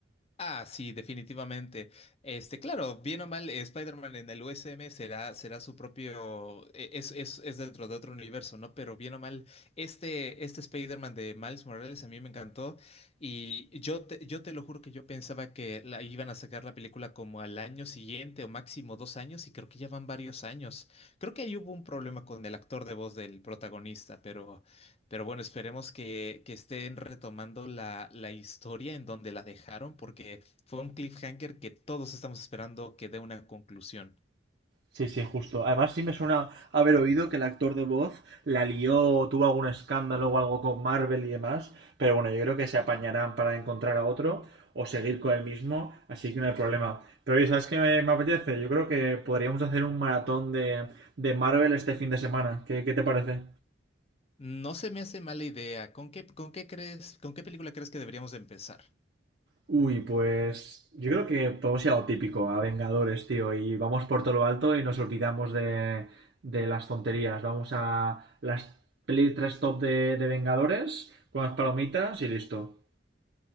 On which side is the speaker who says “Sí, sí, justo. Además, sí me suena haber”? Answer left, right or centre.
Right